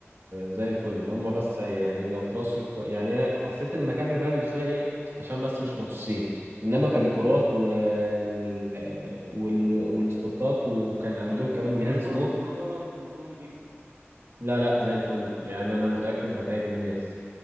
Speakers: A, on the right; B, on the right.
A: زي الفل هما بس يعني لو ترصوا كو... يعني أنا حسيت ان المكان مبهدل شويه ايه عشان بس مش مرصوصين انما كديكورات وال... وال... والسبوتات وكان عندهم
B: يعني و-
A: كمان
B: والإضاءة
A: جهاز سموك
B: والإضاءة الإضاءة نظيفة
A: لا لا زي الفل يعني انا متاكد
B: تمام
A: هتعجب الناس